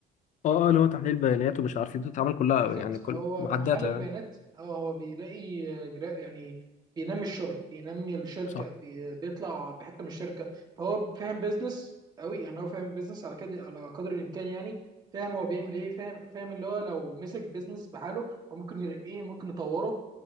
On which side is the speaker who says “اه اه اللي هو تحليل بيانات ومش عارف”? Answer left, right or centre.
Left